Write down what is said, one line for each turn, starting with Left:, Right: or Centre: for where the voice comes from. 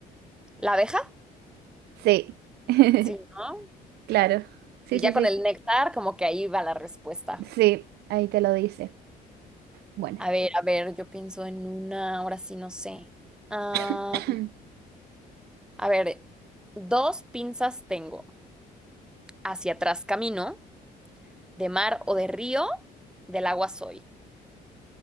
Centre: ¿La abeja?
Right: Sí. <laughs>
Centre: Sí, ¿no?
Right: Claro. Sí,
Centre: Y
Right: sí,
Centre: ya
Right: sí.
Centre: con el néctar, como que ahí va la respuesta.
Right: Sí, ahí te lo dice. Bueno,
Centre: A ver, a ver, yo pienso en una, ahora sí no sé. Ah,
Right: <clears throat>
Centre: a ver, dos pinzas tengo. Hacia atrás camino, de mar o de río, del agua soy.